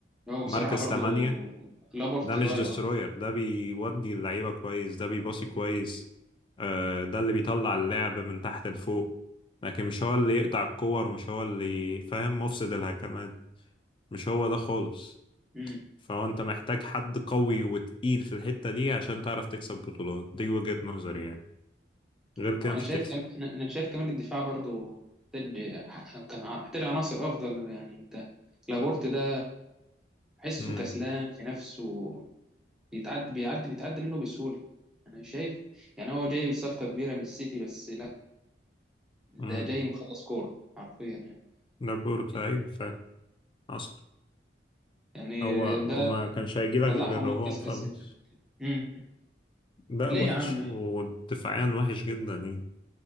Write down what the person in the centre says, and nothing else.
هو بصراحه
برضو
لابورت
ضايع
امم
وانا
شايف
كمان انا أنا شايف كمان الدفاع برضو محتاج كان ع- محتاج عناصر افضل يعني انت لابورت ده حسه
كسلان في نفسه بيتعدي بيعدي بيتعدي منه بسهوله انا شايف يعني هو جاي صفقه كبيره من السيتي بس لا ده
جاي مخلص كورة حرفيا يعني
يعني
يعني
ده
طلعهم
من كأس
آسيا بشكل كبير. امم
ليه
يا عم